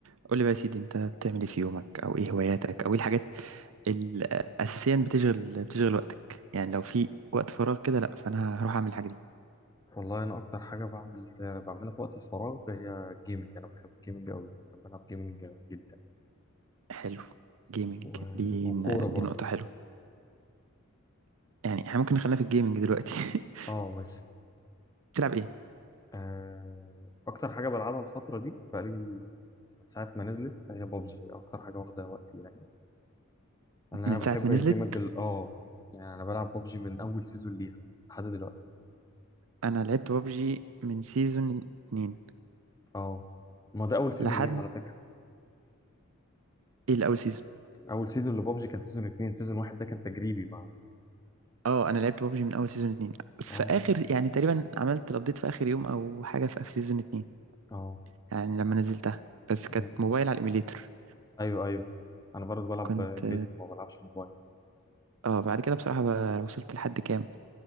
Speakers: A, on the right (about 70°); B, on the left (about 15°).
A: قول لي بقى يا سيدي انت بتعمل ايه في يومك او ايه هواياتك او ايه الحاجات اللي اساسيا بتشغل بتشغل وقتك يعني لو في وقت فراغ كده لا فانا هروح اعمل الحاجه دي
B: والله انا اكتر حاجه بعمل بعملها في وقت الفراغ هي الجيمنج انا بحب الجيمنج قوي بحب العب جيمنج جدا
A: حلو جيمنج
B: و...
A: دي
B: والكوره برضه
A: دي نقطه حلوه يعني احنا ممكن نخلينا في الجيمنج دلوقتي <laughs>
B: اه ماشي
A: بتلعب ايه
B: آه، اكتر حاجه بلعبها الفتره دي بقالي من ساعه ما نزلت هي بابجي اكتر حاجه واخده وقتي يعني انا
A: من
B: أنا
A: ساعه
B: بحب
A: ما نزلت
B: الجيمنج ال- اه يعني انا بلعب بابجي من اول سيزون ليها لحد دلوقتي
A: انا لعبت بابجي من سيزون اتنين
B: اه ما ده اول سيزون
A: لحد
B: ليها على فكره
A: ايه الاول سيزون
B: اول سيزون لبابجي كان سيزون اتنين سيزون واحد ده كان تجريبي مع
A: اه انا لعبت بابجي من اول سيزون اتنين في
B: اه
A: اخر يعني تقريبا عملت الابديت في اخر يوم او حاجه في في سيزون اتنين
B: اه
A: يعني لما نزلتها بس كانت
B: آه.
A: موبايل على الايميليتر
B: ايوه ايوه انا برضه بلعب
A: كنت
B: ايميليتور ما بلعبش موبايل
A: اه بعد كده بصراحة بقى وصلت لحد كام